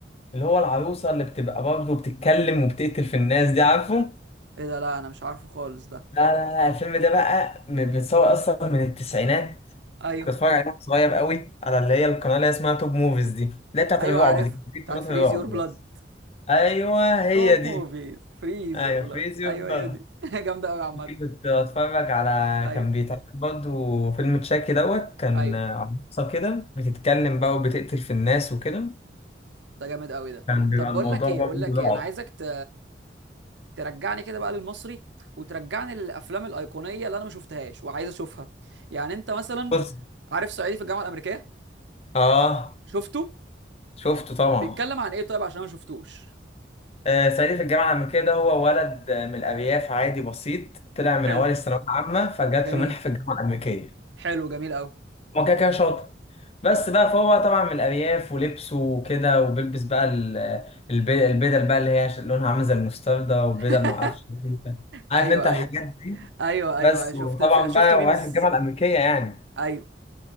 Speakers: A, on the left; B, on the right.
A: اللي هو العروسه اللي بتبقى برضه بتتكلم وبتقتل في الناس دي عارفه
B: ايه ده لا انا مش عارفه خالص ده
A: لا لا لا الفيلم ده بقى م- بيتصور اصلا من التسعينات
B: ايوه
A: كنت بتفرج عليه وأنا صغير قوي على اللي هي القناه اللي هي اسمها توب موفيز دي اللي هي بتاعت
B: ايوه
A: الرعب
B: عارف
A: دي دي
B: بتاعت
A: قناه الرعب
B: فريز يور بلاد
A: ايوه هي
B: توب
A: دي
B: موفيز فريز
A: ايوه
B: يور بلاد
A: فريزيو
B: ايوه
A: في دماغك
B: هي دي <laughs> جامده قوي عامه
A: دي كنت اتفرج على
B: ايوه
A: كان بيتعرض برضه فيلم تشاكي دوت كان
B: ايوه
A: عروسه كده بتتكلم بقى وبتقتل في الناس وكده
B: ده جامد قوي ده
A: كان بيبقى
B: طب
A: الموضوع
B: بقول لك ايه
A: برضه
B: بقول لك ايه
A: رعب
B: انا عايزك ت... ترجعني كده بقى للمصري وترجعني للافلام الايقونيه اللي انا ما شفتهاش وعايز اشوفها يعني انت مثلا
A: بص
B: عارف صعيدي في الجامعه الامريكيه
A: اه
B: شفته
A: شفته طبعا
B: بيتكلم عن ايه طيب عشان أنا ما شفتوش
A: آه صعيدي في الجامعه الامريكيه ده هو ولد آه، من الارياف عادي بسيط طلع من
B: حلو
A: اوائل الثانويه العامه فجات
B: جميل
A: له منحه في الجامعه الامريكيه
B: حلو جميل قوي
A: هو كده كده شاطر بس بقى فهو طبعا من الأرياف ولبسه وكده وبيلبس بقى ال- الب- البدل بقى اللي هي ش- لونها عامل زي المستردة وبدل
B: <laughs>
A: معرفش إيه كده. عارف
B: ايوه
A: انت الحاجات
B: ايوه
A: دي
B: ايوه
A: بس
B: ايوه شفت
A: وطبعا
B: شفت
A: بقى
B: ميمز
A: رايح الجامعة الأمريكية يعني
B: ايوه